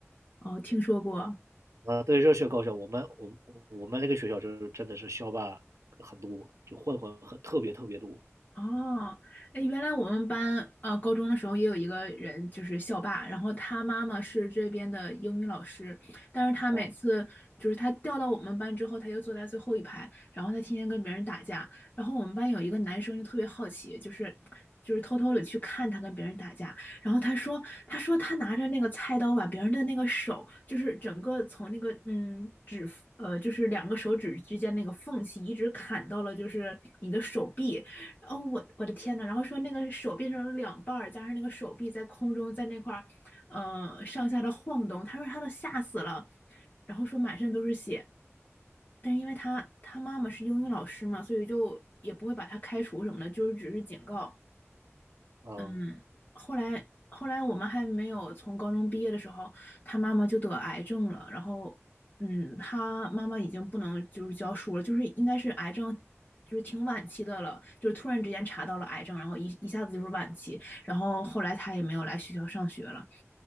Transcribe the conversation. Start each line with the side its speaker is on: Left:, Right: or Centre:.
Left: 哦，听说过，
Right: 啊，对于热血高校，我们我们我们那个学校就是真的是校霸很多，就混混很特别特别多
Left: 哦，哎，原来我们班呃高中的时候也有一个人就是校霸，然后他妈妈是这边的英语老师，但是他每次就是他调到我们班之后，
Right: 啊
Left: 他就坐在最后一排，然后他天天跟别人打架，然后我们班有一个男生就特别好奇，就是就是偷偷的去看他跟别人打架，然后他说他说他拿着那个菜刀把别人的那个手，就是整个从那个嗯指呃就是两个手指之间那个缝隙一直砍到了就是你的手臂。哦，我我的天呐！然后说那个手变成了两半儿，加上那个手臂在空中在那块儿，呃，上下的晃动。他说他都吓死了，然后说满身都是血。但是因为他他妈妈是英语老师嘛，所以就也不会把他开除什么的，就是只是警告。
Right: 啊
Left: 嗯，后来后来我们还没有从高中毕业的时候，他妈妈就得癌症了。然后，嗯，他妈妈已经不能就是教书了，就是应该是癌症，就是挺晚期的了，就是突然之间查到了癌症，然后一一下子就是晚期。然后后来他也没有来学校上学了，